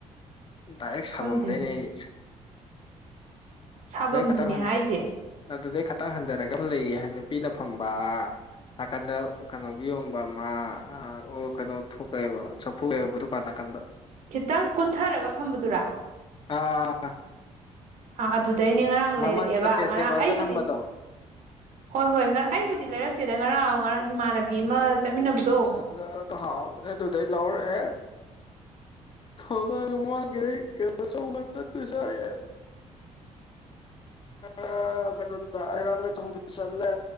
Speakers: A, on the left; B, on the right.
A: ꯗꯥꯏꯔꯦꯛ ꯁꯥꯐꯝꯗꯒꯤꯅꯦ
B: ꯈꯪꯗꯦ ꯑꯗꯨꯗꯤ
A: ꯑꯩꯒꯤꯁꯦ
B: ꯁꯥꯐꯝꯗꯨꯅꯦ
A: ꯈꯇꯪ ꯍꯟꯕ
B: ꯍꯥꯏꯁꯦ
A: ꯑꯗꯨꯗꯩ ꯈꯥꯇꯪ ꯍꯟꯊꯔꯒ ꯑꯃ ꯂꯩꯌꯦ ꯍꯥꯏ ꯅꯨꯄꯤꯅ ꯐꯝꯕ ꯅꯥꯀꯟꯗ ꯀꯩꯅꯣꯒꯤ ꯌꯣꯟꯕ ꯑꯃ ꯑꯣ ꯀꯩꯅꯣ ꯊꯣꯛꯀꯑꯦꯕ ꯊꫭꯛꯑꯥ ꯗꯨꯀꯥꯟ ꯅꯥꯀꯟꯗ
B: ꯈꯤꯇꯪ ꯀꯨꯊꯔꯒ ꯐꯝꯕꯗꯨꯔꯥ
A: ꯑꯥ
B: ꯑꯥ ꯑꯗꯨꯗꯩꯅꯦ ꯉꯔꯥꯡ
A: ꯃꯃꯥꯡꯗ
B: ꯂꯩꯔꯛꯑꯦꯕ ꯉꯔꯥꯡ
A: ꯇꯦꯕꯜꯒ
B: ꯑꯩꯕꯨꯗꯤ
A: ꯊꯝꯕꯗꯣ
B: ꯍꯣꯏ ꯍꯣꯏ ꯉꯔꯥꯡ ꯑꯩꯕꯨꯗꯤ ꯂꯩꯔꯛꯇꯦꯗ ꯉꯔꯥꯡ ꯉꯔꯥꯡ ꯏꯃꯥꯟꯅꯕꯤ ꯑꯃ ꯆꯠꯃꯤꯟꯅꯕꯗꯣ
A: ꯑꯗꯨꯗ ꯇꯍꯥꯎꯕꯅꯦ ꯑꯗꯨꯗꯩ ꯂꯧꯔꯛꯑꯦ ꯊꯣꯛꯂꯛꯑꯒ ꯃꯥꯒꯤꯅ ꯑꯆꯧꯕ ꯆꯠꯇꯣꯏ ꯁꯥꯔ ꯑ ꯀꯩꯅꫭꯗꯥ ꯍꯩꯔꯥꯡꯒꫭꯏ ꯊꯣꯡꯗꯣꯏ ꯆꯜꯂꯦ